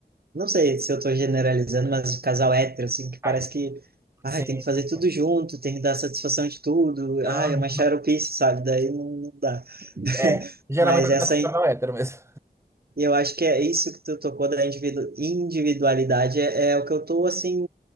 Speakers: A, on the right; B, on the right.
A: Não sei se eu tô generalizando, mas casal hétero, assim, que parece
B: Mas,
A: que, ai,
B: sim,
A: tem que
B: sim.
A: fazer tudo
B: sim.
A: junto, tem que dar satisfação de tudo,
B: Aham.
A: ai, é uma xaropice, sabe? Daí não, não dá. <laughs>
B: É, geralmente
A: Mas
B: eu
A: essa,
B: quero ficar no hétero mesmo.
A: e eu acho que é isso que tu tocou da individu- individualidade, é, é o que eu tô, assim,